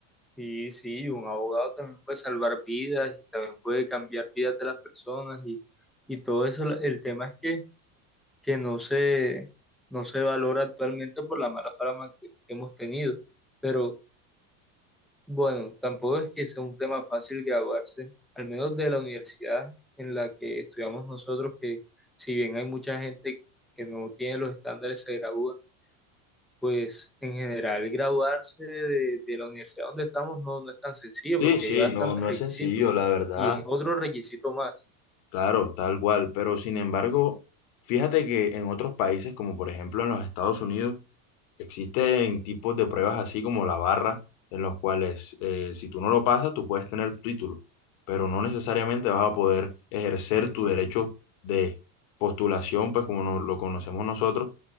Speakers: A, in the centre; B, on the left.
A: Y sí, un abogado también puede salvar vidas y también puede cambiar vidas de las personas y, y todo eso. El tema es que, que no se, no se valora actualmente por la mala fama que, que hemos tenido. Pero bueno, tampoco es que sea un tema fácil graduarse, al menos de la universidad en la que estudiamos nosotros, que si bien hay mucha gente que no tiene los estándares, se gradúa Pues en general graduarse de, de la universidad donde estamos no, no es tan sencillo
B: Sí,
A: porque
B: sí,
A: hay bastantes
B: no, no
A: requisitos
B: es sencillo, la verdad,
A: y es otro requisito más,
B: claro, tal cual, pero sin embargo, fíjate que en otros países, como por ejemplo en los Estados Unidos, Existen tipos de pruebas así como la barra, en los cuales eh, si tú no lo pasas, tú puedes tener tu título, pero no necesariamente vas a poder ejercer
A: mm,
B: tu derecho de postulación, pues como no- lo conocemos nosotros,